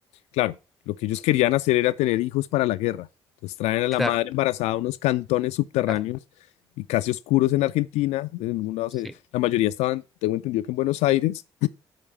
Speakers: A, on the left; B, in the centre.
A: Claro, lo que ellos querían hacer era tener hijos para la guerra. Entonces traen a la
B: Claro,
A: madre embarazada a unos cantones subterráneos
B: claro.
A: y casi oscuros en Argentina. En ningún lado
B: Sí.
A: se- la mayoría estaban, tengo entendido que en Buenos Aires